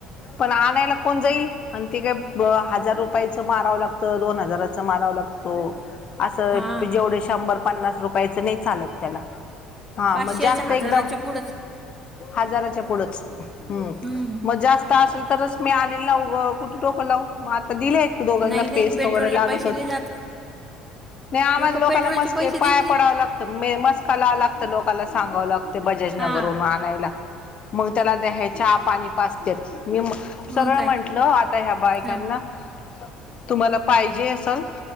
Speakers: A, on the left (about 45°); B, in the centre.
A: पण आणायला कोण जाईल, आणि ते काय हजार रुपयाचं मारावं लागतं, दोन हजाराचं मारावं लागतो. असं
B: हा
A: प जेवढे शंभर पन्नास रुप पयच नाही चालत त्याला हा
B: पाचशेच्या
A: मग जास्त
B: हजाराच्या
A: एकदम
B: पुढंच
A: हजाराच्या पुढंच हम्म
B: हम्म
A: मग जास्त असल तरच मी आणील ना उग कुठे डोकं लाऊ मग आता दिले दोघांना
B: नाही नाही
A: पेस्ट
B: पेट्रोलला
A: वगैरे लागत
B: पैसे
A: होती.
B: नाही जात का
A: नाय आम्हांला
B: लोक
A: लोकांला
B: पेट्रोलचे
A: मस्के
B: पैसे
A: पाया
B: देत नाही
A: पडावं लाग त मे मस्का लाव लागत लोकाला सांगावं लागत बजाजनगर
B: हा
A: वरुन आणायला. मग त्याला हे चहा पाणी पाजत्यात मी म
B: मग
A: सरळ
B: काय
A: म्हंटल आता ह्या बायकांना
B: हा
A: तुम्हांला पाहिजे असल